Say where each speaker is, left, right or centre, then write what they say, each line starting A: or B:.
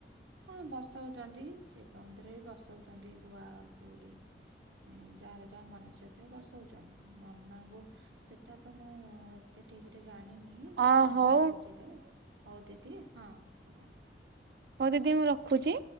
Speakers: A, on the right; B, on the right.
A: ହଁ ବସଉଚନ୍ତି ଶିବ ମନ୍ଦିର ରେ ବି ବସଉଛନ୍ତି ଗୁଆ କଉଡି। ଏଁ, ଯାହାର ଯାହା ମାନସିକ ଥିବ ବସଉଚନ୍ତି। ନନାଙ୍କୁ ସେଟା ତ ମୁଁ ଏତେ ଠିକ୍ ରେ ଜାଣିନି ଟିକେ
B: ଅ
A: ନନାଙ୍କୁ
B: ହଉ
A: ବୁଝିଥେବେ। ହଉ ଦିଦି ହଁ, ହଁ।
B: ହଉ ଦିଦି ମୁଁ ରଖୁଛି।